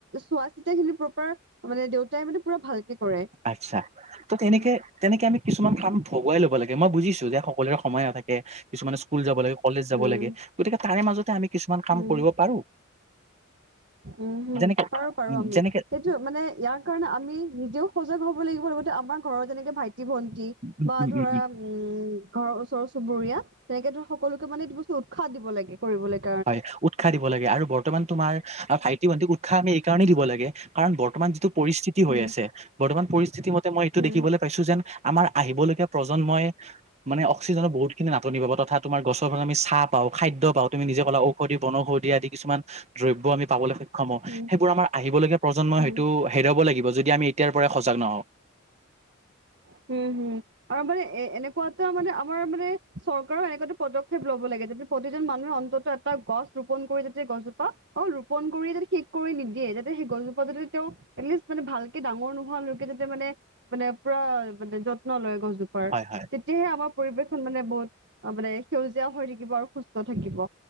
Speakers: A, on the right (about 55°); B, on the right (about 35°).
A: চোৱা চিতা খিনি প্ৰপাৰ- মানে দেউতাই মানে পুৰা ভালকে কৰে।
B: আচ্ছা ত, তেনেকে, তেনেকে আমি কিছুমান কাম- ভগুৱাই লব লাগে মই বুজিছো যে সকলোৰে সময় নাথাকে, কিছুমানে স্কুল যাব লাগে কলেজ যাব
A: উম
B: লাগে। গতিকে তাৰে মাজতে আমি কিছুমান কাম
A: উম
B: কৰিব পাৰো।
A: উম
B: যেনেকে
A: পাৰো পাৰো
B: উম
A: আমি
B: যেনেকে
A: সেইটো মানে ইয়াক- কাৰণে আমি নিজেও সজাগ হব লাগিব লগতে আমাৰ ঘৰৰ যেনেকে ভাইটি ভন্টি
B: উম
A: বা
B: উম
A: ধৰা-
B: উম উম
A: উম ঘৰৰ ওচৰ চুবুৰীয়া তেনেকে ধৰ সকলোকে মানে বস্তু উৎসাহ দিব লাগে কৰিব লাগে।
B: হয় উৎসাহ দিব লাগে আৰু বৰ্তমান তোমাৰ ভাইটি ভণ্টিক উৎসাহ আমি এই কাৰণেই দিব লাগে। কাৰণ বৰ্তমান যিটো পৰিস্থিতি
A: উম
B: হৈ আছে বৰ্তমান পৰিস্থিতি মতে মই এইটো
A: উম
B: দেখিবলৈ। পাইছো যেন আমাৰ আহিব লগীয়া প্ৰজন্ময় মানে অক্সিজেনৰ বুহুত খিনি নাটনি পাব, তথা তোমাৰ গছৰ ফালে আমি চাহ পাওঁ, খাদ্য পাওঁ, তুমি নিজে ক'লা ঔষধি বনৌষধি আদি কিছুমান দ্ৰব্য আমি পাবলৈ সক্ষম হওঁ।
A: উম
B: সেইবোৰ আমাৰ আহিব লগীয়া প্ৰজন্মই হয়তো
A: উম
B: হেৰুৱাব লাগিব। যদি আমি এতিয়াৰ পৰাই সজাগ নহওঁ।
A: হুম হুম। আৰু মানে এ এনেকুৱা এটা মানে আমাৰ মানে চৰকাৰও এনেকুৱা এটা পদক্ষেপ ল'ব লাগে যে প্ৰতিজন মানুহে অন্তত এ টা গছ ৰোপন কৰি যাতে গছজোপা অহ' ৰোপন কৰিয়ে যাতে শেষ কৰি নিদিয়ে যাতে সেই গছজোপা যাতে তেওঁ এটলিষ্ট মানে ভালকে ডাঙৰ নোহোৱালৈকে যাতে মানে মানে পুৰা মানে যত্ন লয় গছজোপাৰ,
B: হয় হয়
A: তেতিয়াহে আমাৰ পৰিৱেশখন মানে বহুত মানে সেউজীয়া হৈ থাকিব আৰু সুস্থ থাকিব।